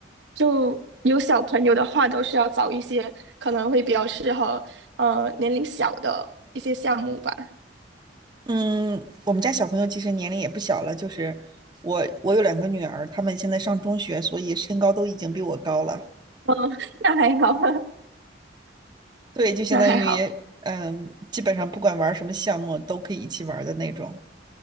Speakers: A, on the right; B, on the right.
A: 就有小朋友的话，都是要找一些可能会比较适合呃年龄小的一些项目吧。
B: 嗯，我们家小朋友其实年龄也不小了，就是我我有两个女儿，她们现在上中学，所以身高都已经比我高了。
A: <laughs> 那还好，
B: 对，
A: <laughs>
B: 就相当于嗯，
A: 那还好，
B: 基本上不管玩什么项目都可以一起玩的那种。